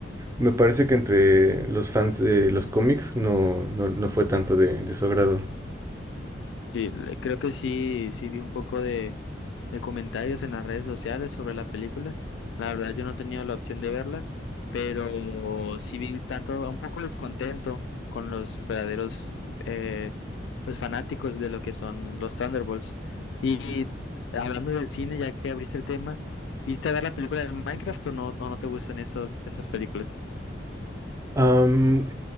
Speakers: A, on the right; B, on the left.
A: me parece que entre los fans de los cómics no, no, no fue tanto de, de su agrado.
B: Sí, le- creo que sí, sí vi un poco de, de comentarios en las redes sociales sobre la película. La verdad yo no he tenido la opción de verla, pero sí vi tanto, un poco descontento con los verdaderos eh, pues fanáticos de lo que son los Thunderbolts. Y hablando del cine, ya que abriste el tema, ¿viste a ver la película de Minecraft o no, no, no te gustan esos, esas películas?
A: Am,